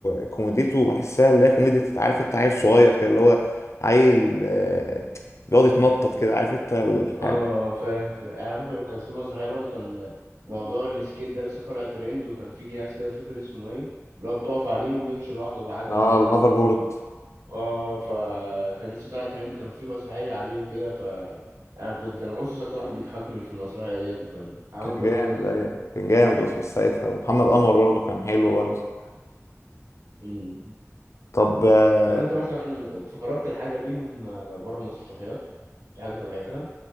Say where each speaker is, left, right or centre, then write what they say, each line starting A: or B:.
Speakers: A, on the left; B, on the right.
A: كوميديته بحسها اللي هي كوميديا انت عارف انت عيل صغير كده اللي هو عيل آه، بيقعد يتنطط كده عارف انت الحاجة
B: اه فاهم فاهم يعني ممكن كانت في مسرحية برضه كان موضوع السكيت ده لسه طالع ترند وكان في جهاز كده مش فاكر اسمه ايه اللي هو بتقف عليه وبيمشي لوحده بعجل
A: اه
B: كده
A: الهافر بورد
B: اه فكان لسه طالع ترند كان في مسرحية عليه وكده ف انا كنت كان أوسوس اكتر واحد بيضحكني في المسرحية ديت وكان عامل
A: كان
B: دور
A: جامد
B: جامد يعني
A: ايوه كان جامد قصقص ساعتها ومحمد انور برضه كان حلو برضه
B: مم.
A: طب اه
B: طب انت مثلا اتفرجت لحاجة ليهم بره المسرحيات؟ في حاجة تابعتها؟